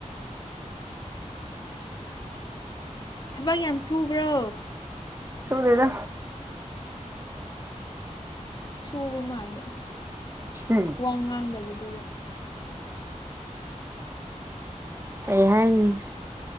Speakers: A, on the left; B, on the right.
A: ꯊꯕꯛ ꯌꯥꯝ ꯁꯨꯕ꯭ꯔꯣ
B: ꯆꯨꯗꯦꯗꯣ
A: ꯁꯨꯕ ꯃꯥꯟꯕ
B: ꯎꯝ
A: ꯋꯥ ꯉꯥꯡꯗꯕꯗꯨꯗ
B: ꯀꯩ ꯍꯥꯏꯅꯤ